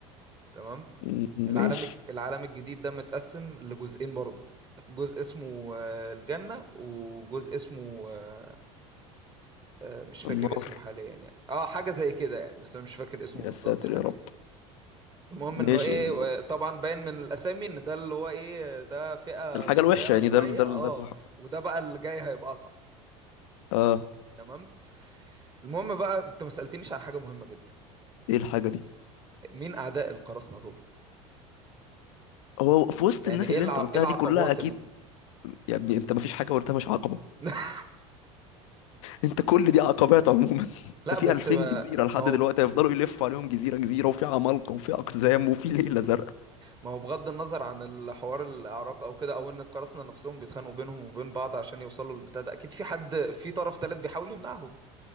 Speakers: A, on the right; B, on the left.
A: تمام
B: م-
A: العالم
B: ماشي
A: الج- العالم الجديد ده متقسم لجزئين برضو جزء اسمه آه، الجنة وجزء اسمه آه، آه، مش فاكر
B: النار
A: اسمه حاليا يعني اه حاجة زي كده يعني بس انا مش فاكر اسمه
B: يا
A: بالظبط
B: ساتر
A: حاليا
B: يا رب
A: المهم
B: ماشي
A: انه ايه
B: يعني
A: و- طبعا باين من الاسامي ان ده اللي هو ايه ده فئة
B: الحاجة
A: صغيرة
B: الوحشة يعني
A: شوية
B: ده ال- ده
A: اه
B: ال- ده الح-
A: وده بقى اللي جاي هيبقى اصعب
B: اه
A: تمام المهم بقى انت ما سألتنيش عن حاجة مهمة جدا
B: ايه الحاجة دي
A: مين اعداء القراصنة دول
B: هو في وسط
A: يعني
B: الناس
A: ايه
B: اللي
A: الع...
B: انت
A: ايه
B: قلتها
A: العقبات
B: دي كلها اكيد
A: ال...
B: يا ابني انت مفيش حاجة قلتها مش عقبة
A: <laughs>
B: انت كل دي عقبات عموما <laughs> انت
A: لا بس
B: في 2000
A: ما
B: جزيره لحد
A: ما هو
B: دلوقتي هيفضلوا يلفوا عليهم جزيره جزيره وفي عمالقه وفي اقزام وفي ليله زرقاء
A: ما هو بغض النظر عن الحوار الاعراق او كده او ان القراصنة نفسهم بيتخانقوا بينهم وبين بعض عشان يوصلوا للبتاع ده اكيد في حد في طرف تالت بيحاول يمنعهم